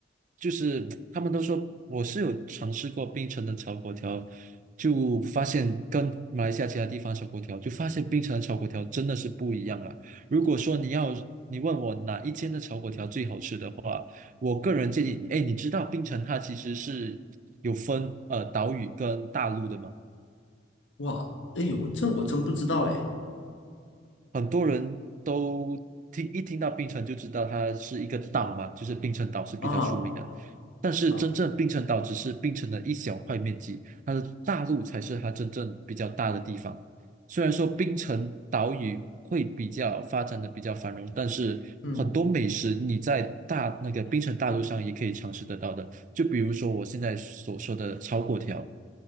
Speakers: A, on the right; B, on the left.
A: 就是他们都说我是有尝试过槟城的炒粿条，就发现跟马来西亚其他地方炒粿条，就发现槟城的炒粿条真的是不一样啊。如果说你要你问我哪一间的炒粿条最好吃的话，我个人建议，哎，你知道槟城它其实是有分呃岛屿跟大陆的吗？
B: 哇，哎呦，我这我真不知道哎。
A: 很多人都听一听到槟城就知道它是一个岛嘛，就是槟城岛是比较出名的。
B: 啊，
A: 但是真正槟城岛只是槟城的一小块面积，
B: 好，
A: 它的大陆才是它真正比较大的地方。虽然说槟城岛屿会比较发展的比较繁荣，但是很多美食你在大那个槟城大陆上也可以尝试得到的。
B: 嗯，
A: 就比如说我现在所说的炒粿条，